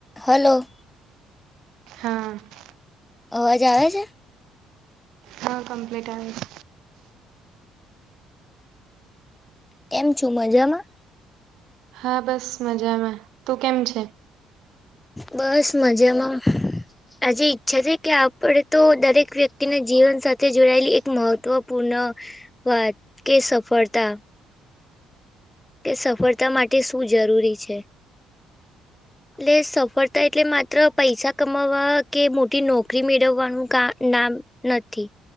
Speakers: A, on the left; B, on the right.
A: Hello
B: હાઅઅ
A: અવાજ આવે છે?
B: હા કમપ્લીટ આવે છે.
A: કેમ છો મજામાં?
B: હા બસ મજામાં. તું કેમ છે?
A: બસ મજામાં. આજે ઈચ્છા છે કે આપણે તો દરેક વ્યક્તિના જીવન સાથે જોડાયેલી એક મહત્ત્વપૂર્ણ વાત કે સફળતા તે સફળતા માટે શું જરૂરી છે.? એટલે સફળતા એટલે માત્ર પૈસા કમાવવા કે, મોટી નોકરી મેળવવાનું ક નામ નથી.